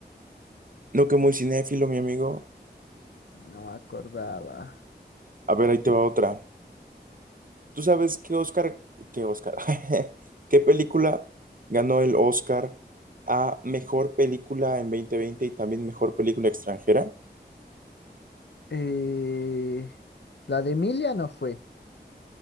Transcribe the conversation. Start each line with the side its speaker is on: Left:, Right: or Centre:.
Right: No que muy cinéfilo, mi amigo.
Left: No me acordaba.
Right: A ver, ahí te va otra. ¿Tú sabes qué Oscar, qué Oscar, <laughs> qué película ganó el Oscar a mejor película en 2020 y también mejor película extranjera?
Left: Eh, la de Emilia no fue.